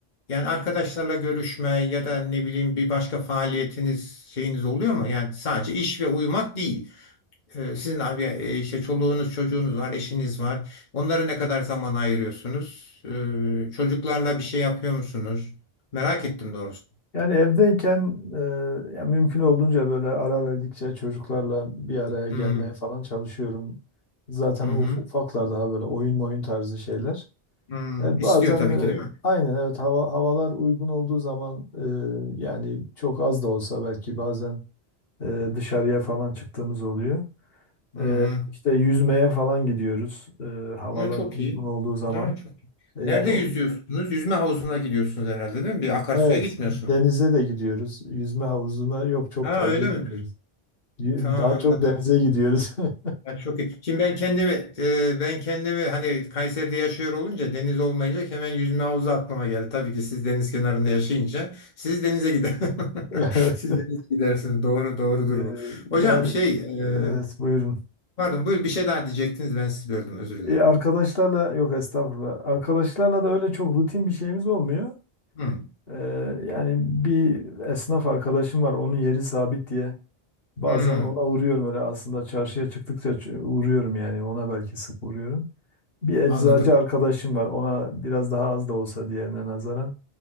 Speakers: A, on the left; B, on the left.
A: yani arkadaşlarla görüşme ya da ne bileyim bir başka faaliyetiniz şeyiniz oluyor mu? Yani sadece iş ve uyumak değil. Ee, sizin abi e, işte çoluğunuz, çocuğunuz var, eşiniz var. Onlara ne kadar zaman ayırıyorsunuz? Ee, çocuklarla bir şey yapıyor musunuz? Merak ettim doğrusu.
B: Yani evdeyken e, ya mümkün olduğunca böyle ara verdikçe çocuklarla bir araya gelmeye
A: Hmm.
B: falan çalışıyorum. Zaten
A: Hı hı.
B: uf- ufaklar daha böyle oyun oyun tarzı şeyler.
A: Hmm,
B: E,
A: istiyor
B: bazen
A: tabii ki değil
B: e,
A: mi?
B: aynen evet hava havalar uygun olduğu zaman e, yani çok az da olsa belki bazen e, dışarıya falan çıktığımız oluyor.
A: Hı hı.
B: E, işte yüzmeye falan gidiyoruz e, havalar
A: Ne çok
B: uygun
A: iyi.
B: olduğu zaman.
A: Ne çok iyi.
B: E,
A: Nerede
B: yani o
A: yüzüyorsunuz? Yüzme havuzuna gidiyorsunuz herhalde değil mi? Bir akarsuya
B: evet
A: gitmiyorsunuz.
B: denize de gidiyoruz. Yüzme havuzuna yok çok
A: Ha
B: tercih
A: öyle
B: etmiyoruz.
A: mi?
B: Daha
A: Tamam anladım.
B: çok denize gidiyoruz. <laughs>
A: Ha, çok iyi. Şimdi ben kendimi e, ben kendimi hani Kayseri'de yaşıyor olunca deniz olmayınca hemen yüzme havuzu aklıma geldi. Tabii ki siz deniz kenarında yaşayınca siz denize gider. <laughs>
B: Evet.
A: Siz denize gidersiniz. Doğru doğrudur
B: Ee,
A: bu. Hocam
B: Yani
A: şey
B: evet
A: e,
B: buyurun.
A: pardon buyur bir şey daha diyecektiniz ben sizi böldüm özür dilerim.
B: E, arkadaşlarla yok estağfurullah. Arkadaşlarla da öyle çok rutin bir şeyimiz olmuyor.
A: Hı.
B: Ee, yani bir esnaf arkadaşım var. Onun yeri sabit diye. Bazen
A: Hı.
B: ona uğruyorum öyle aslında çarşıya çıktıkça ç- uğruyorum yani ona belki sık uğruyorum. Bir eczacı
A: Anladım,
B: arkadaşım var. Ona biraz daha az da olsa diğerine nazaran.